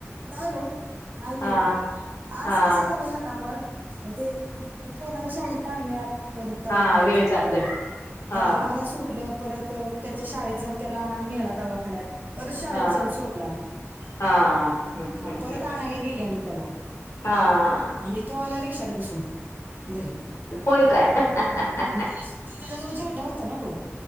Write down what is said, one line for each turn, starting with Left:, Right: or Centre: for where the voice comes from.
Right: नाही ओ.. नाही
Left: हा
Right: गेलो, आज
Left: हा
Right: कसं झालं ह्याना पण ते पोराला शाळेत आणलय आत परत दवाखान्यात
Left: हा वेळ
Right: जाय
Left: जातोय
Right: लागल,
Left: हा
Right: त्याला मला सोडून. परत त्याच्या शाळेत जाऊन त्याला नेला दवाखान्यात परत शाळेत
Left: हा
Right: जाऊन सोडला.
Left: हा.. हम्म
Right: हा...
Left: हम्म
Right: परत
Left: हम्म
Right: आणायला गेले आणि त्याला
Left: हा..
Right: आणि तो आला रिक्षात बसून घरी
Left: होय काय ह्....
Right: तीस तिचा जवळ झेंडा होता ना तो